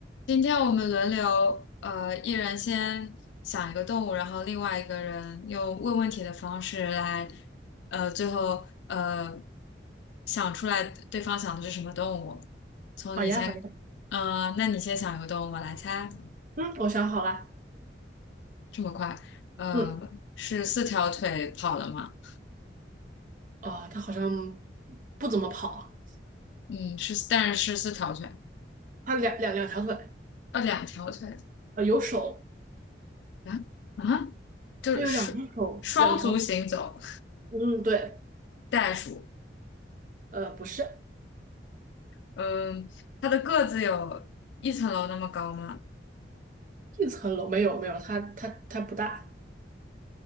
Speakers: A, on the left (about 75°); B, on the right (about 45°).
A: 今天我们轮流，呃，一人先想一个动物，然后另外一个人用问问题的方式来，呃，最后呃想出来对方想的是什么动物。从你先，
B: 好呀，好呀，
A: 呃，那你先想一个动物，我来猜。
B: 嗯，我想好了，
A: 这么快？呃，
B: 嗯，
A: 是四条腿跑的吗？
B: 哦，它好像不怎么跑，
A: 嗯，是，但是是四条腿，
B: 它两两两条腿，
A: 呃，两条腿
B: 呃，有手，
A: 啊啊，就是双双足行走，
B: 它有两只手，两条，嗯，对，
A: 袋鼠。
B: 呃，不是
A: 嗯，它的个子有一层楼那么高吗？
B: 一层楼，没有没有，它它它不大，